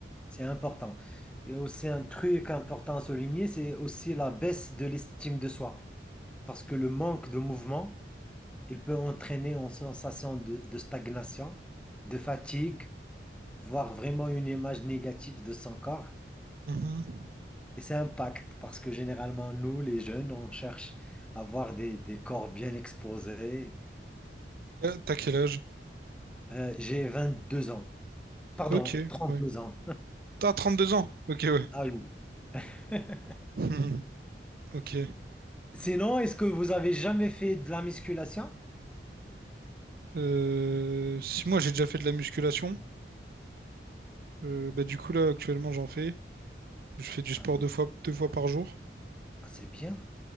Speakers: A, in the centre; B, on the right.
A: C'est important. Et aussi un truc important à souligner, c'est aussi la baisse de l'estime de soi. Parce que le manque de mouvement, il peut entraîner une sensation de, de stagnation, de fatigue, voire vraiment une image négative de son corps.
B: mhm.
A: Et ça impacte parce que généralement, nous, les jeunes, on cherche à avoir des, des corps bien exposés.
B: Euh, t'as quel âge?
A: Euh, j'ai deux ans. Pardon,
B: Ok,
A: trente
B: ouais.
A: deux ans.
B: T'as trente deux ans? Ok, ouais.
A: Ah oui. <laughs>
B: <laughs> Mhm. Ok.
A: Sinon, est-ce que vous avez jamais fait de la musculation?
B: Euh, si moi j'ai déjà fait de la musculation, euh, bah, du coup là actuellement j'en fais. Je fais du sport
A: Ah, c'est
B: deux fois, deux fois par jour.
A: Ah, c'est bien.